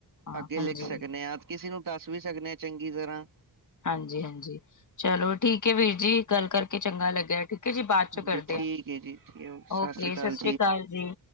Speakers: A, on the left (about 40°); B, on the right (about 45°).
A: ਹਾਂ
B: ਅੱਗੇ
A: ਹਾਂਜੀ
B: ਲਿਖ ਸਕਣੇ ਆ, ਕਿਸੇ ਨੂੰ ਦੱਸ ਵੀ ਸਕਣੇ ਆਂ ਚੰਗੀ ਤਰ੍ਹਾਂ
A: ਹਾਂਜੀ-ਹਾਂਜੀ ਚਲੋ ਠੀਕ ਏ ਵੀਰ ਜੀ ਗੱਲ ਕਰਕੇ ਚੰਗਾ ਲੱਗਿਆ ਠੀਕ ਕੇ ਅਸੀ ਬਾਅਦ ਚੋਂ
B: ਹਾਂਜੀ
A: ਕਰਦੇ
B: ਠੀਕ
A: ਆ
B: ਹੈ ਜੀ ਠੀਕ, ਸਤਿ
A: ਓਕੇ
B: ਸ੍ਰੀ ਅਕਾਲ
A: ਸਸਰੀ ਕਾਲ ਜੀ।